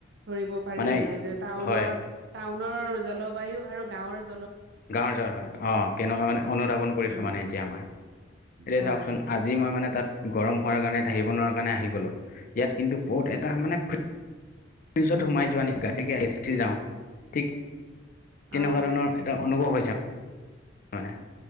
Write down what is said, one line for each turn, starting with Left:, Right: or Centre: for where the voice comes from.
Right: ধৰিব পাৰি
Left: মানে
Right: আৰু যে, টাউনৰ
Left: হয়
Right: টাউনৰ জলবায়ু আৰু গাঁৱৰ জ
Left: গাঁৱৰ য অ কেনেকুৱা মানে অনুধাৱন কৰিছো
Right: উম
Left: মানে এতিয়া মই। এতিয়া
Right: হয়
Left: চাওকচোন
Right: হয়
Left: আজি মই মানে তাত গৰম হোৱাৰ কাৰণে থাকিব নোৱাৰা কাৰণে আহি গলো ইয়াত কিন্তু বহুত এটা মানে ফ্ৰিজত
Right: উম
Left: সোমাই যোৱা নিচিতিকে এ <inaudible> চি পি যাওঁ ঠিক তেনেকুৱা
Right: অ
Left: ধৰণৰ এটা অনুভৱ হৈছে মানে